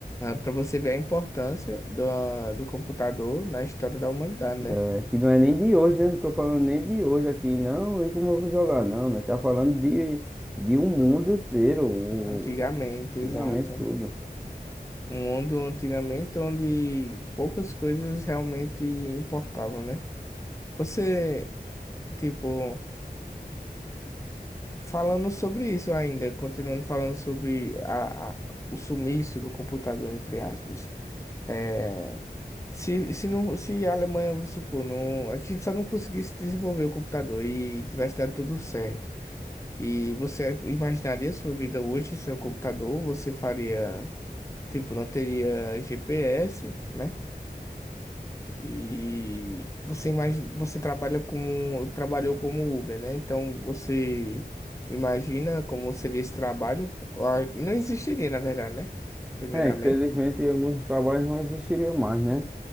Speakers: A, on the left; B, in the centre.
A: para você ver a importância do, do computador na história da humanidade, né?
B: é, que não é nem de hoje, né, não estou falando nem de hoje aqui, não, e como eu vou jogar, não, nós estamos falando de, de um mundo inteiro, o,
A: Antigamente,
B: antigamente
A: exato.
B: tudo.
A: Um mundo antigamente onde poucas coisas realmente importavam, né? Você, tipo, falando sobre isso ainda, continuando falando sobre a, a- o sumiço do computador, entre aspas. É, se, se, não, se a Alemanha, vamos supor, não, a gente só não conseguisse desenvolver o computador e tivesse dado tudo certo. E você imaginaria sua vida hoje sem o computador? Você faria. Tipo, não teria GPS, né? E você imagina, você trabalha como, trabalhou como Uber, né? Então você imagina como seria esse trabalho? Ah, Não existiria, na verdade, né? Primeiramente.
B: É, infelizmente alguns trabalhos não existiriam mais, né?